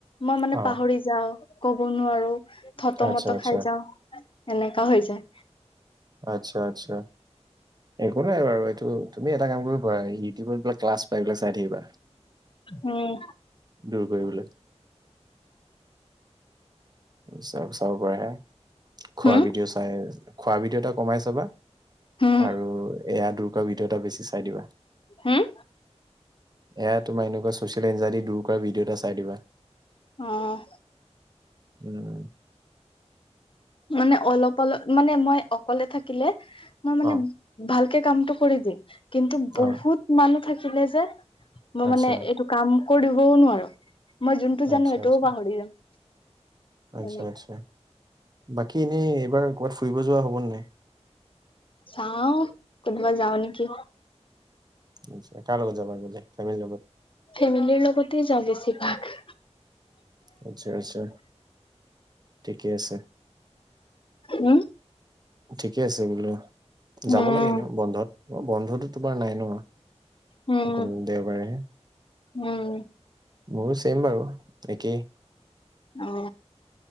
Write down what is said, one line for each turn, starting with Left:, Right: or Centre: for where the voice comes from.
Left: মই মানে
Right: অ',
Left: পাহৰি যাওঁ ক'ব নোৱাৰো। থত
Right: আচ্ছা
Left: মত
Right: আচ্ছা
Left: খাই যাও এনেকা হৈ যায়।
Right: আচ্ছা আচ্ছা। একো নাই বাৰু এইটো তুমি এটা কাম কৰিব পাৰা ইউটিবত গৈ ক্লাছ পাই এইবিলাক চাই থাকিবা।
Left: উম,
Right: দূৰ কৰিবলে। চব চাব পাৰে। খোৱা
Left: হম,
Right: ভিডিঅ'ও চাই খোৱা ভিডিঅ' এটা কমাই চাবা
Left: হম,
Right: আৰু এয়া দুৰ্গা ভিডিঅ' এটা বেছি চাই দিবা।
Left: হম
Right: এয়া তোমাৰ এনেকুৱা ছচিয়েল এঞ্জাদি দূৰ কৰা ভিডিঅ' এটা চাই দিবা।
Left: আহ
Right: উম
Left: মানে অলপ অলপ মানে মই অকলে থাকিলে মই মানে
Right: অ
Left: ভালকে কামটো কৰি দিম কিন্তু বহুত
Right: অ
Left: মানুহ থাকিলে যে মই
Right: আচ্ছা
Left: মানে এইটো কাম কৰিবও নোৱাৰো মই যোনটো জানো
Right: আচ্ছা
Left: সেইটোও
Right: আচ্ছা
Left: পাহৰি যাম।
Right: আচ্ছা
Left: এনে
Right: আচ্ছা বাকী এনেই এইবাৰ কবাত ফুৰিব যোৱা হ'ব নে নাই
Left: চাও কোনোবা যাও নেকি।
Right: নিশ্চয় কাৰ লগত যাবা গ'লে। ফেমিলিৰ লগত
Left: ফেমিলিৰ লগতে যাওঁ বেছিভাগ।
Right: আচ্ছা আচ্ছা ঠিকে আছে।
Left: উম।
Right: ঠিকে আছে বোলো
Left: উম,
Right: যাব লাগে এনেও বন্ধত বন্ধতো তোমাৰ নাই ন
Left: উম,
Right: অকল দেওবাৰেহে।
Left: উম,
Right: মোৰো চেইম বাৰু একেই।
Left: অ